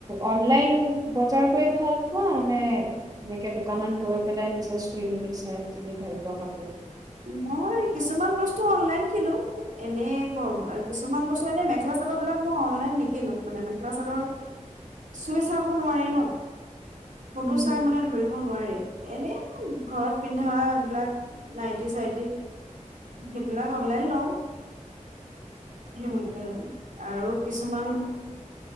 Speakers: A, on the right; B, on the right.
A: অনলাইন বজাৰ কৰি ভাল পোৱা নে এনেকে দোকানত গৈ পেলাই নিজে চুই মেলি চাই কিনি ভাল পোৱা কাপোৰ
B: মই কিছুমান বস্তু অনলাইন কিনো এনেই ক কিছুমান বস্তু এনে মেখেলা চাদৰ বিলাক মই অনলাইন নিকিনো মানে মেখেলা চাদৰ চুই চাব নোৱাৰি ন। ফটো
A: উম
B: চাই মানে ধৰিব নোৱাৰাৰে। এনে ঘৰত পিন্ধা এই বিলাক নাইত টি-চাইটি সেইবিলাক অনলাইন লওঁ। সেইব
A: উম।
B: উ আৰু কিছুমান